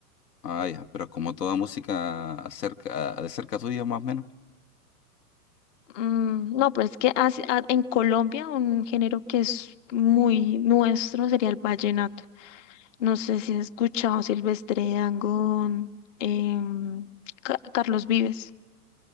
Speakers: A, on the left; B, on the left.
A: Ah, ya, pero como toda música cerca, de cerca tuya más o menos.
B: Mm, no, pero es que hace- a- en Colombia un género que es muy nuestro sería el vallenato. No sé si has escuchado Silvestre Dangond, em, Ca- Carlos Vives.